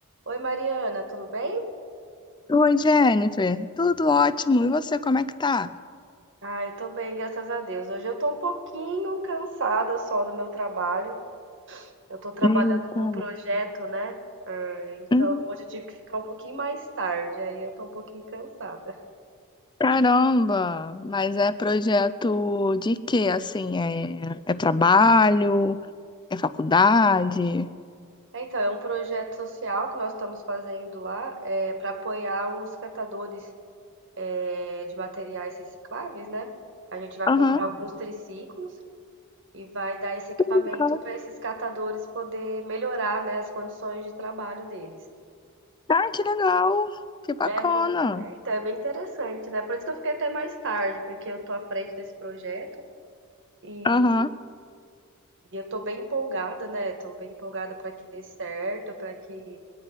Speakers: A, on the right; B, on the left.
A: Oi, Mariana, tudo bem?
B: Oi, Jennifer. Tudo ótimo. E você, como é que tá?
A: Ah, eu tô bem, graças a Deus. Hoje eu tô um pouquinho cansada só do meu trabalho. Eu tô trabalhando
B: Eita.
A: num projeto, né? Então
B: Uhum.
A: hoje eu tive que ficar um pouquinho mais tarde, aí eu tô um pouquinho cansada.
B: Caramba! Mas é projeto de quê? Assim, é, é trabalho? É faculdade?
A: É, Então, é um projeto social que nós estamos fazendo lá, é, para apoiar os catadores, é, de materiais recicláveis, né? A gente vai
B: Aham,
A: comprar alguns triciclos e vai dar esse equipamento
B: legal.
A: para esses catadores poder melhorar, né, as condições de trabalho deles.
B: Ah, que legal! Que bacana!
A: É muito. É, então, é bem interessante, né? Por isso que eu fiquei até mais tarde, porque eu tô à frente desse projeto e,
B: Aham,
A: e eu tô bem empolgada, né? Tô bem empolgada para que dê certo, para que,